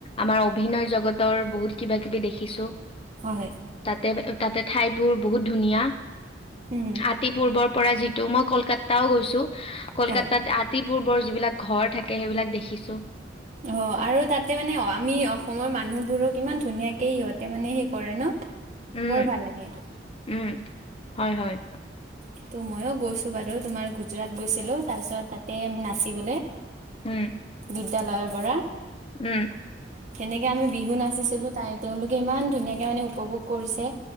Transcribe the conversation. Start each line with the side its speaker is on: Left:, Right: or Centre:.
Left: আমাৰ অভিনয় জগতৰ বহুত কিবা কিবি দেখিছোঁ।
Right: হয়
Left: তাতে, তাতে, ঠাইবোৰ বহুত ধুনীয়া।
Right: উম
Left: আতি পূৰ্বৰ পৰা যিটো মই কলকাতাও গৈছোঁ, কলকাতাত
Right: হয়
Left: আতি পূৰ্বৰ যিবিলাক ঘৰ থাকে সেইবাক দেখিছো
Right: অ আৰু তাতে মানে আমি অসমৰ মানুহবোৰক ইমান ধুনীয়াকে ইহঁত তে মানে সেই কৰে ন
Left: উম
Right: বৰ ভাল লাগে।
Left: উম হয় হয়
Right: সেইটো মইও গৈছো বাৰু তোমাৰ গুজৰাট গৈছিলো তাপিছত তাতে আমি নাচিবলে
Left: উম
Right: বিদ্যালয়ৰ পৰা
Left: উম।
Right: কেনেকে আমি বিহু নাচিছিলোঁ, তাই-তেওঁলোকে ইমান ধুনীয়াকে মানে উপভোগ কৰিছে।